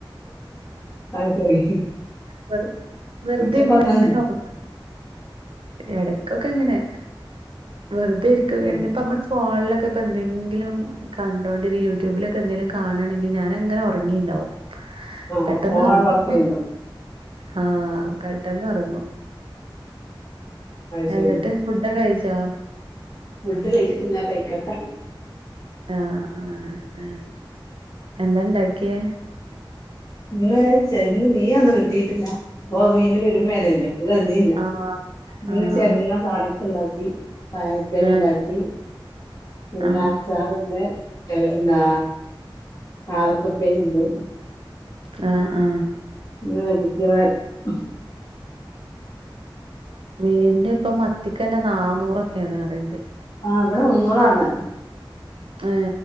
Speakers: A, on the left; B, on the right.
A: അത് ശരി
B: വെ വെറുതെ
A: ഉച്ചക്ക്
B: ഇരുന്നങ്ങനെ
A: ഉറങ്ങലുണ്ടോ
B: ഓർക്ക ഇടയ്ക്കൊക്കെ അങ്ങനെ വെറുതെ ഇരിക്കുകയാണെങ്കിൽ
A: ഉം
B: ഇപ്പം നമ്മൾ ഫോണിലൊക്കെ പ്പം എന്തെങ്കിലും കണ്ടോണ്ടിരിക്കു യൂട്യൂബിലൊക്കെ എന്തെങ്കിലും കാണാണെങ്കിൽ ഞാനങ്ങനെ ഉറങ്ങിണ്ടാവും
A: ആഹ്
B: പെട്ടെന്ന് ഉറങ്ങും
A: <unintelligible>
B: ആ പെട്ടെന്ന് ഉറങ്ങും
A: അത് ശരി
B: എന്നിട്ട് ഫുഡൊക്കെ കഴിച്ചോ
A: ഫുഡ് കഴിച്ചിട്ടില്ല കഴിക്കട്ടെ
B: ആ ആ ആ എന്താണ്ടാക്കിയെ
A: ഇന്ന് ചന്ന് മിനൊന്നും കിട്ടിയിട്ടില്ല അപ്പം മീൻ പേരും വിലയല്ലേ <unintelligible>
B: ആഹ്
A: ഇന്ന്
B: ആഹ്
A: ചെറുങ്ങ താളിപ്പുണ്ടാക്കി പയറുപ്പേരി
B: ആഹ്
A: ഉണ്ടാക്കി പിന്നെ
B: ആഹ്
A: അച്ചാറ് ഇല്ലെ ന്താ പാവക്കപ്പേരിയുണ്ട്
B: ആ ആ
A: <unintelligible>
B: മീനിനിപ്പം മത്തിക്കെന്നെ നാന്നൂറൊക്കെയാണ് പറിയിണ്ട്
A: ആ ഇവിടെ മുന്നൂറാന്ന്
B: ഏ